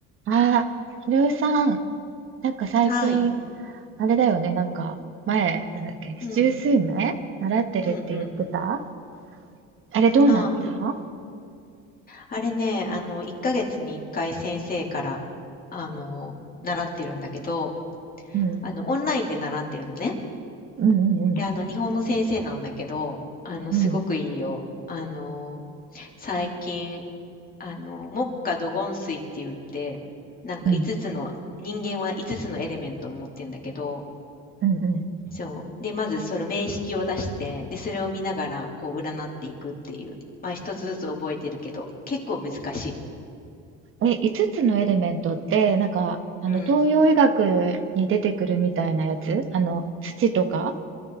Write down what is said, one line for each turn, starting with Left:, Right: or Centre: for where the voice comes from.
Right: ああ、ひろゆきさん、なんか最近、
Left: はい。
Right: あれだよね、なんか、前、なんだっけ、
Left: うん。
Right: 七十数名習ってるって言ってた
Left: うんうん。
Right: あれどうなった
Left: ああ、うん。あれね、あの、1ヶ月に1回先生から、あの、習ってるんだけど、
Right: うん、
Left: あの、オンラインで習ってるのね。
Right: うんうんうん、
Left: で、あの、日本の先生なんだけど、あの、
Right: うん、
Left: すごくいいよ。あの、最近、あの、木火土金水って言って、なんか5つつの、
Right: うん、
Left: 人間は5つつのエレメントを持ってんだけど、
Right: うん、う
Left: そう。で、まずその名式を出して、で、それを見ながら、こう、占っていくっていう。まあ、一つずつ覚えてるけど、結構難しい。
Right: ん。え、5つつのエレメントって、なんか、あの、
Left: うん。
Right: 東洋医学に出てくるみたいなやつあの、土とか